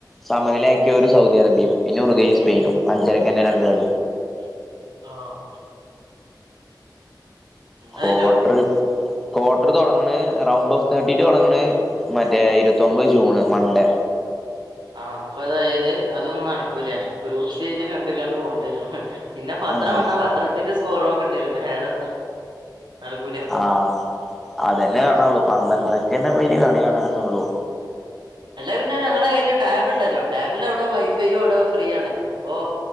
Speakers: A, in the centre; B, on the right.
A: സമനിലയാക്കിയ ഒരു സൗദ്യാഅറേബ്യം പിന്നെ ഉർഗയും സ്പെയിനും. അഞ്ചരക്കന്നെ രണ്ട്
B: <unintelligible>
A: കളി
B: ആഹ് എന്തായാലും
A: കോട്ട്റ് കൊട്ട്റ് തൊടങ്ണ് റൗണ്ട് ഓഫ് തേർട്ടിറ്റു തൊടങ്ണ് മറ്റേ ഇരുപത്തൊൻമ്പത് ജൂണ് മൺഡേ.
B: ആഹ്‌ അപ്പൊ അതായത് അതൊന്നും നടക്കൂല ഗ്രൂപ്പ് സ്റ്റേജ് കണ്ട് ങ്ങാണ്ട് പോണ്ടിരും. പിന്നെ പത്രം
A: ആഹ്
B: വന്നാ പത്രത്തിന്റെ സ്കോറോക്കണ്ടി വരും വേറെന്തും നടക്കൂലാ.
A: ആഹ് അതെന്നെ കാണാ ഒള്ളൂ പന്ത്രണ്ടര്ക്കെന്നെ അയ്ല് കളി കാണാനൊള്ളൂ.
B: അല്ല പിന്നെ ഞങ്ങളേ കയ്യില് ടാബ്ണ്ടല്ലോ ടാബില് അവടെ വൈഫൈോയൊ അവടെ ഫ്രീ ആണ് അപ്പോ